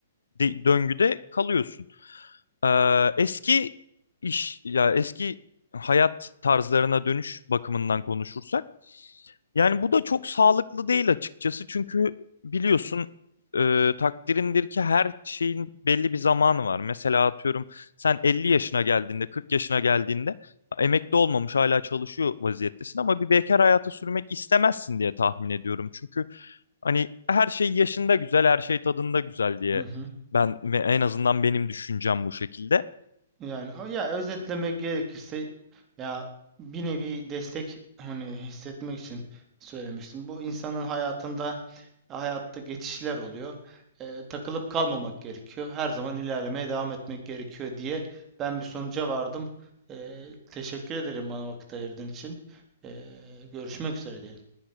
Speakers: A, on the left (about 80°); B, on the right (about 25°).
A: de- döngüde kalıyorsun. Ee, eski iş ya eski hayat tarzlarına dönüş bakımından konuşursak yani bu da çok sağlıklı değil açıkçası çünkü biliyorsun e, takdirindir ki her şeyin belli bir zamanı var. Mesela atıyorum sen 50 yaşına geldiğinde 40 yaşına geldiğinde emekli olmamış hala çalışıyor vaziyettesin ama bir bekar hayatı sürmek istemezsin diye tahmin ediyorum. Çünkü hani her şey yaşında güzel her şey tadında güzel diye
B: Hı hı.
A: ben ve en azından benim düşüncem bu şekilde.
B: Yani o- ya özetlemek gerekirse ya bir nevi destek hani hissetmek için söylemiştim. Bu insanın hayatında hayatta geçişler oluyor. Eee, takılıp kalmamak gerekiyor. Her zaman ilerlemeye devam etmek gerekiyor diye ben bir sonuca vardım. Eee, teşekkür ederim bana vakit ayırdığın için. Eee, görüşmek üzere diyelim.